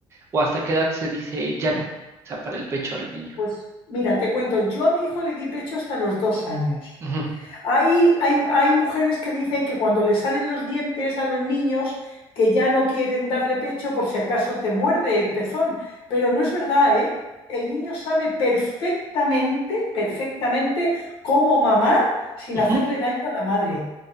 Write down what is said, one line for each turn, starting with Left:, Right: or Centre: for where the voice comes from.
Right: o hasta qué edad se dice ya no? O sea, para el pecho al niño.
Left: pues mira, te cuento, yo a mi hijo le di pecho hasta los dos años.
Right: Ujú,
Left: Hay, hay, hay mujeres que dicen que cuando le salen los dientes a los niños, que ya no quieren darle pecho por si acaso te muerde el pezón. Pero no es verdad, ¿eh? El niño sabe perfectamente, perfectamente cómo mamar sin
Right: ujú,
Left: hacerle daño a la madre.